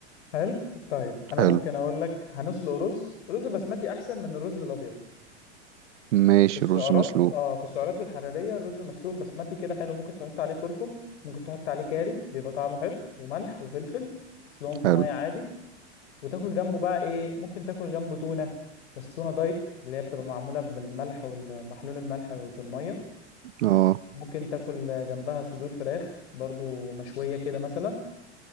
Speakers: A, on the left; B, on the right.
A: هل طيب انا
B: حلو
A: ممكن اقول لك هنسلق رز رز بسمتي احسن من الرز الابيض
B: ماشي
A: في السعرات
B: رز مسلوق
A: اه في السعرات الحراريه الرز مسلوق بسمتي كده حلو ممكن تحط عليه كركم ممكن تحط عليه كاري بيبقى طعمه حلو وملح وفلفل تسلقهم في
B: حلو
A: ميه عادي وتاكل جنبه بقى ايه ممكن تاكل جنبه تونه بس تونه دايت اللي هي بتبقى معموله بالملح والمحلول الملح بالميه
B: اه
A: ممكن تاكل جنبها صدور فراخ برضو مشويه كده مثلا